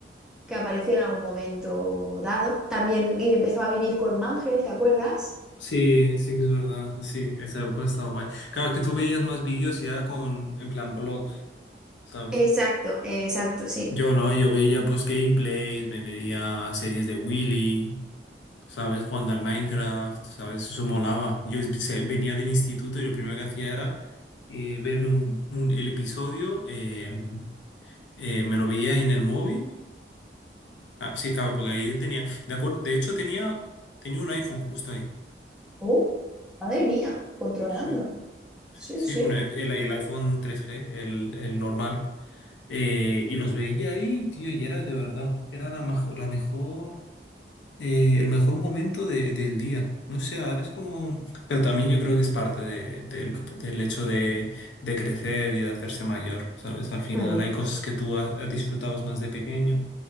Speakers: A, in the centre; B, on the left.
A: que apareció en algún momento dado. También y empezó a vivir con Mangel, ¿te acuerdas?
B: sí, sí que es verdad. Sí, esa ha estado guay. Claro, es que tú veías más vídeos ya con, en plan, blogs, ¿sabes?
A: Exacto, exacto, sí.
B: Yo no, yo veía pues gameplays, me veía series de Willy. ¿sabes? Jugando al Minecraft, ¿sabes? Eso molaba. Yo es- se- venía del instituto y lo primero que hacía era eh, verme un, un- el episodio, eh, eh, me lo veía en el móvil. Ah, sí, claro, porque ahí tenía, de acuerdo, de hecho tenía, tenía un iPhone justo ahí.
A: Oh, madre mía, controlando.
B: Sí,
A: ¿eh? Sí,
B: sí,
A: sí.
B: un i- el, el iPhone 3G, el, el normal. Eh, y los veía ahí, tío, y era de verdad, era la, majo- la mejor eh, el mejor momento de- del día. No sé, ahora es como... Pero también yo creo que es parte de- del, del hecho de, de crecer y de hacerse mayor, ¿sabes? Al final
A: Mm,
B: hay cosas que tú ha- disfrutabas más de pequeño